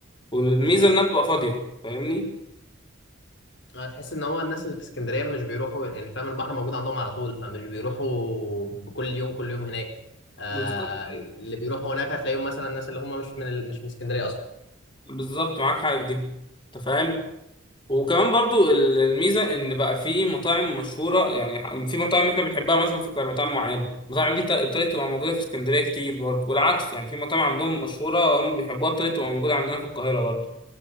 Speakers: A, on the left; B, on the left.
A: والميزه
B: بالظبط
A: انها بتبقى فاضيه فاهمني
B: هتحس ان هو الناس اللي في اسكندريه مش بيروحوا يعني فاهم البحر موجود عندهم على طول فمش بيروحوا بكل يوم كل يوم هناك آه
A: بالظبط أيوة.
B: اللي بيروحوا هناك هتلاقيهم مثلا الناس اللي هم مش من ال... مش من اسكندريه اصلا
A: بالظبط معاك حق في دي انت فاهم وكمان برضو ال- الميزه ان بقى في مطاعم مشهوره يعني ح- في مطاعم احنا بنحبها مثلا في القاهره مطاعم معينه المطاعم دي ت- ابتدت تبقى موجوده في اسكندريه كتير برضو والعكس يعني في مطاعم عندهم مشهوره هم بيحبوها ابتدت تبقى موجوده عندنا في القاهره برضو